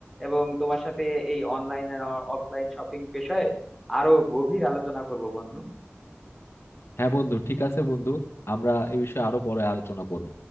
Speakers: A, in the centre; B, on the left.
A: এবং তোমার সাথে এই অনলাইন আর অফলাইন শপিং বিষয়ে আরো গভীর আলোচনা করব বন্ধু
B: হ্যাঁ বন্ধু ঠিক আছে বন্ধু আমরা এই বিষয়ে আরো পরে আলোচনা করব